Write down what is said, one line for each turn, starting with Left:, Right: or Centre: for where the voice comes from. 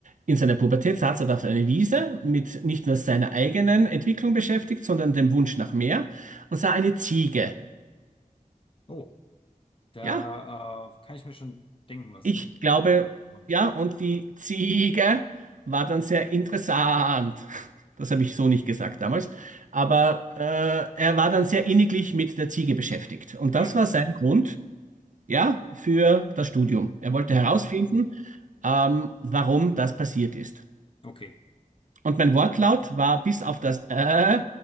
Right: in seiner Pubertät saß er da auf einer Wiese mit nicht nur seiner eigenen Entwicklung beschäftigt, sondern dem Wunsch nach mehr und sah eine Ziege.
Left: Oh, da
Right: Ja,
Left: äh, kann ich mir schon denken, was
Right: ich glaube,
Left: da kommt.
Right: ja, und die Ziege war dann sehr interessant. <laughs> Das habe ich so nicht gesagt damals. Aber äh, er war dann sehr inniglich mit der Ziege beschäftigt. Und
Left: Ja,
Right: das war sein Grund, ja, für das Studium. Er wollte
Left: mhm.
Right: herausfinden, ähm, warum das passiert ist.
Left: Okay.
Right: Und mein Wortlaut war bis auf das äh,